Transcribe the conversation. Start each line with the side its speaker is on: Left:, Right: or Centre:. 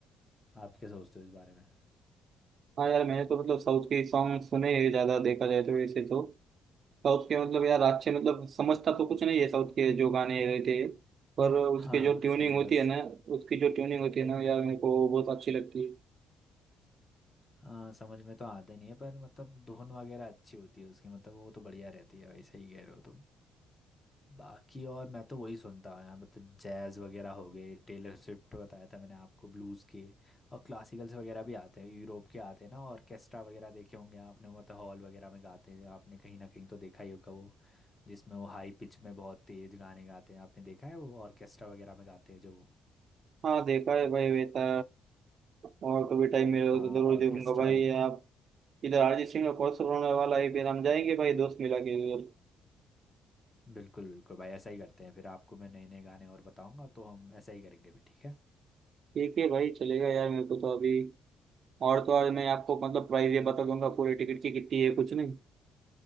Left: आप क्या सोचते हो इस बारे में
Right: हाँ यार मैंने तो मतलब साउथ के सॉन्ग सुने हैं ज्यादा देखा जाए तो वैसे तो साउथ के मतलब यार अच्छे मतलब समझता तो कुछ नहीं है साउथ के जो गाने रहते हैं पर उसके
Left: हाँ हाँ
Right: जो ट्यूनिंग
Left: सही
Right: होती
Left: करो
Right: है ना उसकी जो ट्यूनिंग होती है ना यार मेरे को बहुत अच्छी लगती है
Left: हाँ समझ में तो आते नहीं है पर मतलब धुन वगैरह अच्छी होती है उसकी मतलब वो तो बढ़िया रहती है भाई सही कह रहे हो तुम बाकी और मैं तो वही सुनता हूँ यार मतलब जैज वगैरह हो गए टेलर स्विफ्ट बताया था मैंने आपको ब्लूज के और क्लासिकल्स वगैरह भी आते हैं यूरोप के आते हैं ना ऑर्केस्ट्रा वगैरह देखे होंगे आपने मतलब हॉल वगैरह में गाते हैं आपने कहीं ना कहीं तो देखा ही होगा वो जिसमें वो हाई पिच में बहुत तेज गाने गाते हैं आपने देखा है वो ऑर्केस्ट्रा वगैरह में गाते हैं जो
Right: हाँ देखा है भाई बेटा और कभी टाइम मिले
Left: हाँ
Right: तो जरूर
Left: ऑर्केस्ट्रा
Right: देखूंगा भाई आप इधर अरिजीत सिंह का कॉन्सर्ट होने वाला है फिर हम जाएंगे भाई दोस्त मिला के उधर
Left: बिल्कुल बिल्कुल भाई ऐसा ही करते हैं फिर आपको मैं नए नए गाने और बताऊंगा तो हम ऐसा ही करेंगे भी ठीक है
Right: ठीक है भाई चलेगा यार मेरे को तो अभी और तो और मैं आपको मतलब प्राइस ये बता दूंगा पूरी टिकट की कितनी है कुछ नहीं